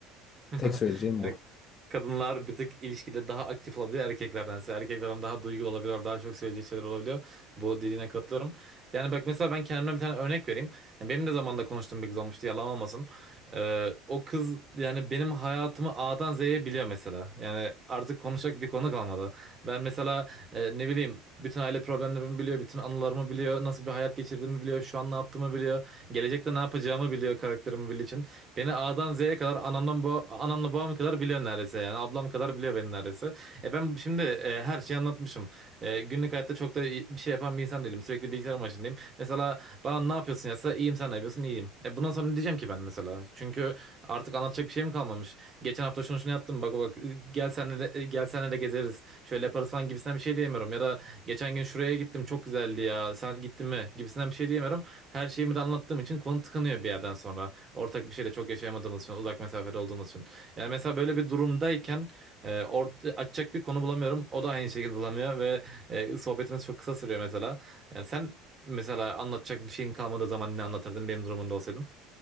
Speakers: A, on the right; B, on the left.
A: <laughs>
B: Tek söyleyeceğim
A: yani
B: bu.
A: Kadınlar bir tık ilişkide daha aktif olabiliyor erkeklerdense. Erkeklerden daha duygulu olabiliyor, daha çok söyleyecek şeyler olabiliyor. Bu dediğine katılıyorum. Yani bak mesela ben kendimden bir tane örnek vereyim. Yani benim de zamanında konuştuğum bir kız olmuştu, yalan olmasın. Ee, o kız yani benim hayatımı A'dan Z'ye biliyor mesela. Yani artık konuşacak bir konu kalmadı. Ben mesela e, ne bileyim bütün aile problemlerimi biliyor, bütün anılarımı biliyor, nasıl bir hayat geçirdiğimi biliyor, şu an ne yaptığımı biliyor, gelecekte ne yapacağımı biliyor karakterimi bildiği için. Beni A'dan A'dan Z'ye kadar anamdan ba anamla babam kadar biliyor neredeyse yani. Ablam kadar biliyor beni neredeyse. E ben şimdi e, her şeyi anlatmışım. E, günlük hayatta çok da bir şey yapan bir insan değilim. Sürekli bilgisayar başındayım. Mesela bana ne yapıyorsun yazsa iyiyim sen ne yapıyorsun iyiyim. E bundan sonra ne diyeceğim ki ben mesela? Çünkü artık anlatacak bir şeyim kalmamış. Geçen hafta şunu şunu yaptım bak bak gel senle de, e, gel senle de gezeriz. Şöyle yaparız falan gibisinden bir şey diyemiyorum. Ya da geçen gün şuraya gittim çok güzeldi ya sen gittin mi gibisinden bir şey diyemiyorum. Her şeyimi de anlattığım için konu tıkanıyor bir yerden sonra. Ortak bir şeyle çok yaşayamadığımız için uzak mesafede olduğumuz için. Yani mesela böyle bir durumdayken e, ort- açacak bir konu bulamıyorum. O da aynı şekilde bulamıyor ve e, sohbetimiz çok kısa sürüyor mesela. Yani sen mesela anlatacak bir şeyin kalmadığı zaman ne anlatırdın benim durumumda olsaydın?